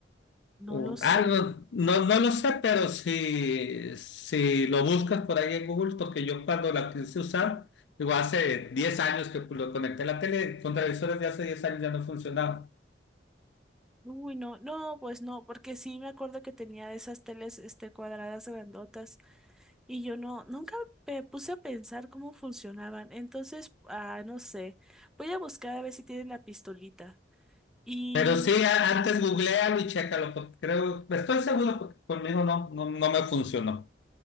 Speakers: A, in the centre; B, on the left.
A: No
B: o
A: lo sé.
B: algo, no, no lo sé, pero si, si lo buscas por ahí en Google, porque yo cuando la quise usar, digo, hace 10 años que lo conecté a la tele, con televisores de hace 10 años ya no funcionaba.
A: Uy, no, no, pues no, porque sí me acuerdo que tenía esas teles, este, cuadradas grandotas y yo no, nunca me puse a pensar cómo funcionaban. Entonces, ah, no sé. Voy a buscar a ver si tienen la pistolita. Y
B: Pero sí, a-
A: ujú,
B: antes googlealo y chécalo, porque creo, estoy seguro porque conmigo no, no, no me funcionó.